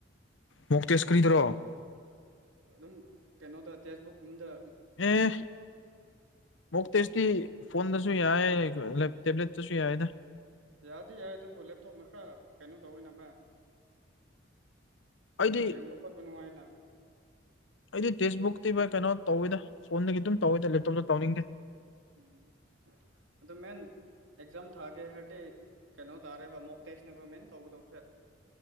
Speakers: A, on the left; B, on the right.
A: ꯃꯨꯛꯇꯦꯁ ꯀꯔꯤꯗ꯭ꯔꯣ
B: ꯑꯗꯨꯝ ꯀꯩꯅꯣꯗ ꯇꯦꯛꯁꯕꯨꯛꯀꯨꯝꯗ
A: ꯑꯦ ꯃꯣꯛ ꯇꯦꯁꯇꯤ ꯐꯣꯟꯗꯁꯨ ꯌꯥꯏ ꯀ ꯂꯦꯞ ꯇꯦꯕ꯭ꯂꯦꯠꯇꯁꯨ ꯌꯥꯏꯗ
B: ꯌꯥꯗꯤ ꯌꯥꯏ ꯑꯗꯨꯕꯨ ꯂꯦꯞꯇꯣꯞꯅ ꯈꯔ ꯀꯩꯅꯣ ꯇꯧꯋꯦꯅ ꯚꯥꯏ
A: ꯑꯩꯗꯤ
B: ꯍꯦꯡꯕ ꯈꯣꯠꯄ ꯅꯨꯡꯉꯥꯏꯅ
A: ꯑꯩꯗꯤ ꯇꯦꯛꯁꯕꯨꯛꯇꯤ ꯚꯥꯏ ꯀꯩꯅꯣ ꯇꯧꯋꯤꯗ ꯐꯣꯟꯗꯒꯤ ꯑꯗꯨꯝ ꯇꯧꯋꯏꯗ ꯂꯦꯞꯇꯣꯞꯇ ꯇꯧꯅꯤꯡꯗꯦ
B: ꯎꯝ ꯑꯗꯣ ꯃꯦꯟ ꯑꯦꯛꯖꯥꯝ ꯊꯥꯒꯦ ꯍꯥꯏꯔꯗꯤ ꯀꯩꯅꯣ ꯇꯥꯔꯦꯕ ꯃꯣꯛ ꯇꯦꯁꯅꯦꯕ ꯃꯦꯟ ꯇꯧꯒꯗꯧꯕꯁꯦ